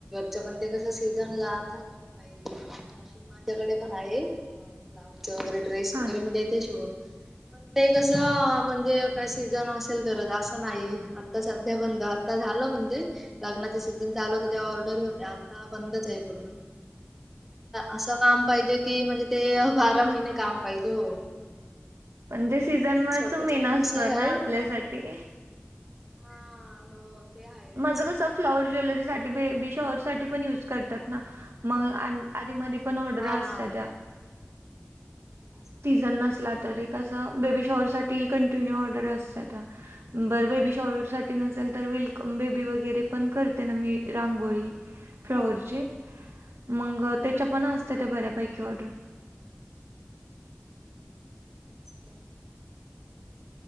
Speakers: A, in the centre; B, on the right.
A: च पण ते कस सीझनला अथ कोण नाही मशीन माझ्याकडे पण आहे ब्लाउज वैरे ड्रेस
B: हां
A: वगैरे मी देते शवून पण ते कसं म्हणजे का सीझन असेल अस नाही आता सध्या बंद आता झालं म्हणजे को सीझन चालू होत ते ऑर्डर हो्या आता बंदच आहे पूर्ण
B: मरझढ
A: असं काम पाहिजे की म्हणजे ते बारा महिने काम पाहिजे हो
B: पण
A: हा
B: ते सीझन
A: कसा
B: मच
A: स्वतःचा
B: मेन
A: व्यवसाय
B: असत
A: आहे
B: ना आपल्यासाठी
A: हा हो ते आहेच
B: माझं कसं फ्लावर ज्वेलरी आईयरदद पण ऑर्डर
A: हा
B: असता
A: हा
B: त्या
A: असतात
B: सीझन
A: बरोबर
B: नसला
A: चांगलं
B: तर एक अस
A: आहे
B: बेबी शअर साठी कंटिन्यू ऑर्डर असत त्या बर बेबी शॉर साठी नसेल तर विल बेबी वगैरे पण करते ना मी रांगोळी फ्लॉवररचे मग त्याच्या पण असत त्या बऱ्यापैकी ऑर्डर
A: मस्त